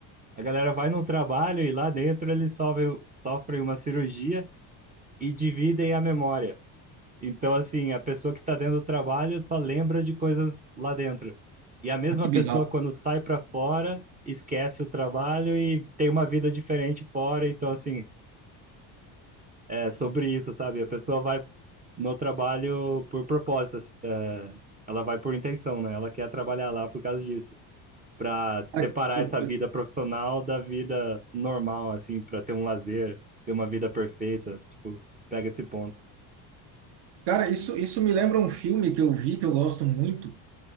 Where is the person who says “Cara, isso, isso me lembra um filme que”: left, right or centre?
Right